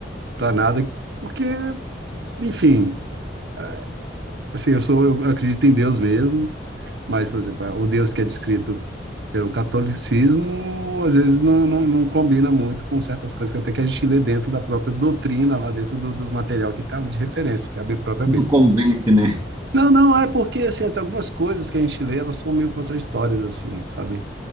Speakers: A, on the right; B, on the right.
A: para nada, porque, enfim, é, assim, eu sou, eu acredito em Deus mesmo, mas, por exemplo, o Deus que é descrito pelo catolicismo, às vezes não, não, não combina muito com certas coisas que até que a gente lê dentro da própria doutrina, lá dentro do, do material que está de referência, que é a bí- própria
B: Não
A: Bíblia.
B: convence, né?
A: Não, não, é porque, assim, até algumas coisas que a gente lê, elas são meio contraditórias, assim, sabe?